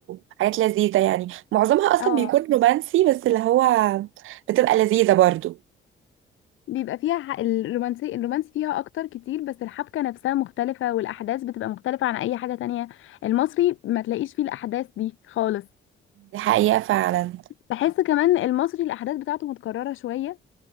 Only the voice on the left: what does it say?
اه
بيبقى فيها ح- الرومانسي الرومانس فيها اكتر كتير بس الحبكة نفسها مختلفة والاحداث بتبقى مختلفة عن اي حاجة تانية المصري ما تلاقيش فيه الاحداث دي خالص
بحس كمان المصري الاحداث بتاعته متكررة شوية